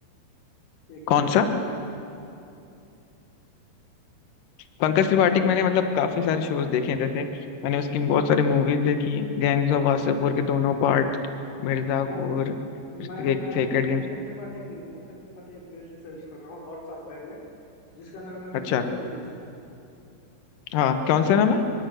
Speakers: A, on the left; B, on the left.
A: एक मिनट
B: कौन
A: रुकना
B: सा
A: मैं
B: पंकज त्रिपाठी
A: फिर
B: के मैंने मतलब काफी सारे शोज देखे हैं जैसे मैंने उसकी बहुत
A: मैं
B: सारी मूवीज देखी हैं गैंग्स ऑफ वासेपुर के दोनों पार्ट मिर्जापुर
A: मैं मैं
B: एक
A: मैं आपको
B: सेक्रेड
A: एक
B: गेम्स
A: पंकज त्रिपाठी की पंकज त्रिपाठी एक वेब सीरीज कर रहा हूँ हॉटस्टार पे है ये जिसका नाम है
B: अच्छा
A: क्रिमिनल जस्टिस
B: हाँ कौन सा नाम है